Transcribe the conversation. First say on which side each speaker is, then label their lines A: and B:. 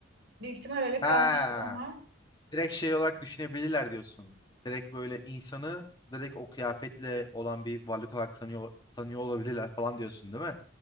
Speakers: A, on the right; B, on the left.
A: büyük ihtimal öyle
B: Ha.
A: kalmıştır ama
B: Direkt şey olarak düşünebilirler diyorsun. Direkt böyle insanı direkt o kıyafetle olan bir varlık olarak tanıyor, tanıyor olabilirler falan diyorsun değil mi?